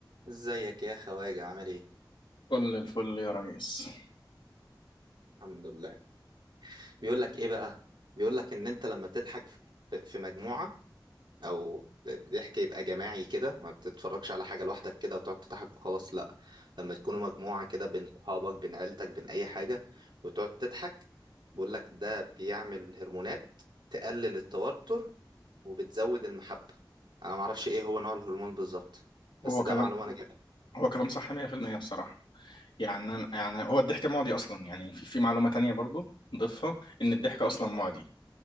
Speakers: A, on the right; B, on the left.
A: ازيك يا خواجة عامل ايه؟
B: كل الفل يا ريس
A: الحمد لله بيقول لك ايه بقى؟ بيقول لك ان انت لما تضحك في في مجموعة او ضحك يبقى جماعي كده ما بتتفرجش على حاجة لوحدك كده وتقعد تضحك وخلاص لا لما تكونوا مجموعة كده بين صحابك بين عيلتك بين اي حاجة وتقعد تضحك بيقول لك ده بيعمل هرمونات تقلل التوتر وبتزود المحبة انا معرفش ايه هو نوع الهرمون بالظبط بس
B: هو
A: ده
B: كلام
A: معلومة انا جايبها
B: هو كلام صح 100% بصراحة يعني أنا يعني هو الضحك معدي أصلا يعني في في معلومة تانية برضو نضيفها إن الضحك أصلا معدي